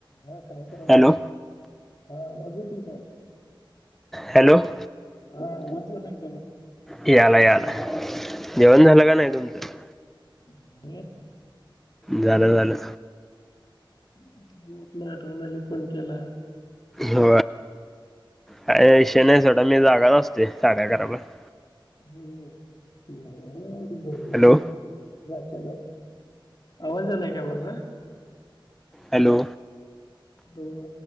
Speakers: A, on the left; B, in the centre.
A: हा काय करलाय
B: हॅलो
A: आवाज येतोय काय -
B: हॅलो -
A: हां आवाज यायलाय काय म्हणलो.
B: यायलाय -यायलाय जेवण
A: हां,
B: झालं का नाही तुमचं -
A: झालं
B: झालं- झालं
A: म्हणून म्हटलं आठवण आली फोन केला.
B: हो काही विषय नाही सोडा मी जागाच असतोय साडे अकरा पर्यंत -
A: हम्म नाही.
B: हॅलो
A: चला आवाज आलाय का माझा -
B: हॅलो
A: हॅलो.